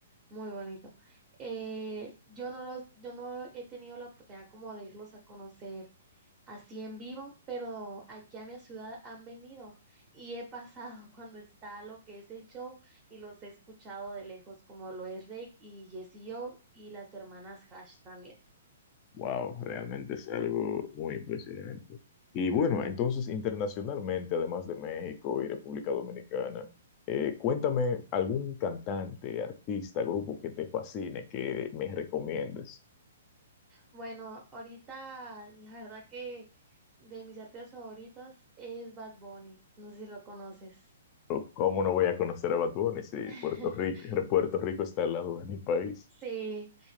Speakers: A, on the right; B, on the left.
A: muy bonito. Eh, yo no los, yo no he tenido la oportunidad como de irlos a conocer. así en vivo, pero aquí a mi ciudad han venido y he pasado <laughs> cuando está lo que es el show y los he escuchado de lejos, como lo es Rake y Jessie o y las hermanas Hash también.
B: Wow, realmente es algo muy impresionante. Y bueno, entonces internacionalmente, además de México y República Dominicana, eh, cuéntame algún cantante, artista, grupo que te fascine, que me recomiendes.
A: Bueno, ahorita la verdad que de mis artistas favoritos es Bad Bunny, no sé si lo conoces.
B: Pero, ¿Cómo no voy a conocer a Bad Bunny si
A: <laughs>
B: Puerto Rico, Puerto Rico está al lado de mi país?
A: Sí.